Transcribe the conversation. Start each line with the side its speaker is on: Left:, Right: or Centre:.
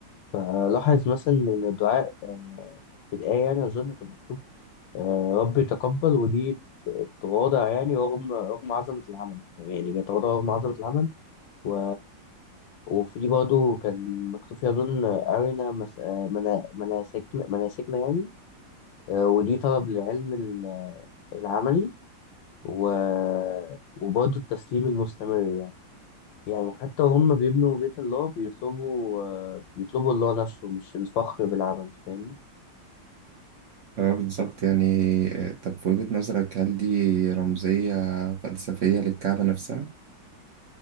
Left: آه، لاحظ مثلا إن الدعاء آه، في الآية يعني أظن كان مكتوب آه، ربي تقبل ودي تواضع يعني رغم رغم عظمة العمل يعني بيتواضع رغم عظمة العمل و... وفي برضه كان مكتوب فيها أظن أرنا مس... آه، منا... مناسكنا مناسكنا يعني آه، ودي طلب للعلم ال- العملي و... وبرضه التسليم المستمر يعني حتى هم بيبنوا بيت الله بيطلبوا آه، بيطلبوا الله نفسه مش الفخر بالعمل فاهمني
Right: اه بالظبط يعني طب في وجهة نظرك هل دي رمزية فلسفية للكعبة نفسها؟